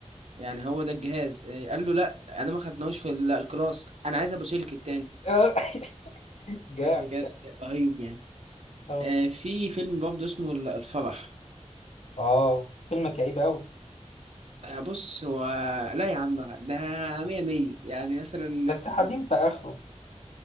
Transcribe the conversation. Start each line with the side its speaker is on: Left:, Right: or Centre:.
Right: يعني هو ده الجهاز آه، قال له لا انا ما خدناهوش في ال- الكلاس انا عايز ابو سلك التاني
Left: اه <laughs> جامد
Right: لا بجد
Left: ده
Right: رهيب يعني
Left: اه
Right: آه، في فيلم برضه اسمه ال- الفرح
Left: اه فيلم كئيب قوي
Right: آه، بص هو لا يا عم ده مية مية يعني مثلا
Left: بس حزين في اخره